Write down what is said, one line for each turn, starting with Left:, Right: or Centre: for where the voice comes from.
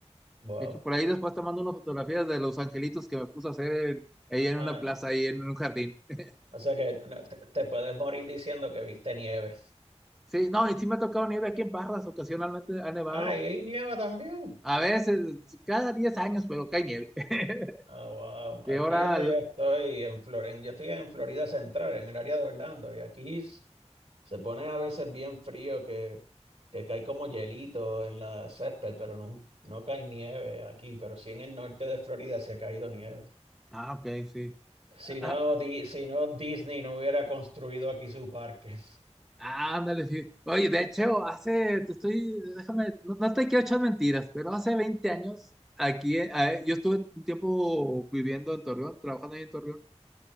Right: Wow.
Centre: De hecho, por ahí después te mando unas fotografías de los angelitos que me puse a hacer en- ahí en
Right: Ah,
Centre: una plaza,
Right: no.
Centre: ahí en un jardín. <laughs>
Right: O sea que no, te, te puedes morir diciendo que viste nieve.
Centre: Sí, no, y sí me ha tocado nieve aquí en Parras, ocasionalmente ha nevado.
Right: Ah, y hay nieva también.
Centre: A veces, cada 10 años, pero cae nieve. <laughs>
Right: Ah, wow. Aquí
Centre: Sí, ahora,
Right: donde
Centre: el-
Right: yo estoy, en Flor en- yo estoy en Florida Central, en el área de Orlando, y aquí Se pone a veces bien frío que, que cae como hielito en la césped, pero no, no cae nieve aquí, pero sí en el norte de Florida se ha caído nieve.
Centre: ah, ok, sí.
Right: Si
Centre: Ah,
Right: no, Di- si no, Disney no hubiera construido aquí su parque.
Centre: Ah, ándale, sí. Oye, de hecho, hace, te estoy, déjame, no, no te quiero echar mentiras, pero hace 20 años, aquí, eh, yo estuve un tiempo viviendo en Torreón, trabajando ahí en Torreón,